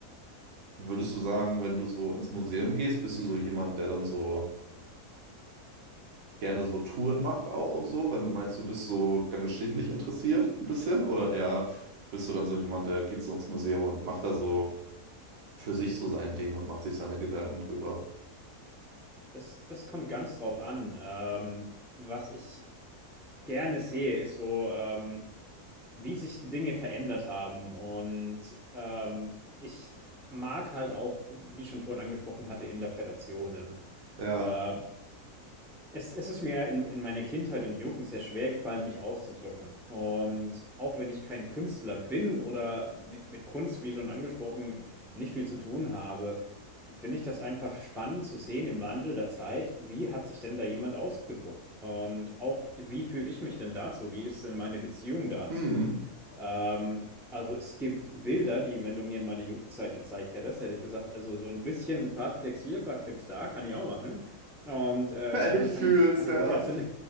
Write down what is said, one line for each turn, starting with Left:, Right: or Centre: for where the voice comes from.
Right: würdest du sagen, wenn du so ins Museum gehst, bist du so jemand, der dann so. gerne so Touren macht auch und so, wenn du meinst, du bist so dann geschichtlich interessiert ein bisschen oder eher bist du dann so jemand, der geht so ins Museum und macht da so für sich so sein Ding und macht sich seine Gedanken drüber.
Centre: Das, das kommt ganz drauf an. Ähm, was ich gerne sehe, ist so. Ähm, wie sich Dinge verändert haben. Und ähm, ich mag halt auch, wie ich schon vorhin angesprochen hatte, Interpretationen.
Right: Ja.
Centre: Äh, es, es ist mir in, in meiner Kindheit und Jugend sehr schwer gefallen, mich auszudrücken. Und auch wenn ich kein Künstler bin oder mit, mit Kunst, wie schon angesprochen, nicht viel zu tun habe, finde ich das einfach spannend zu sehen im Wandel der Zeit, wie hat sich denn da jemand ausgedrückt? Und auch, wie fühle ich mich denn dazu? Wie ist denn meine Beziehung dazu?
Right: Hm.
Centre: Ähm, also es gibt Bilder, die, wenn du mir in meine Jugendzeit gezeigt hättest, hätte ich gesagt, also so ein bisschen Fahrtplex hier, Fahrtplex da, kann ich auch machen. Und äh,
Right: <laughs>
Centre: dann
Right: Ich
Centre: kann
Right: fühl's,
Centre: ich, kann
Right: ja.
Centre: ich mich als den,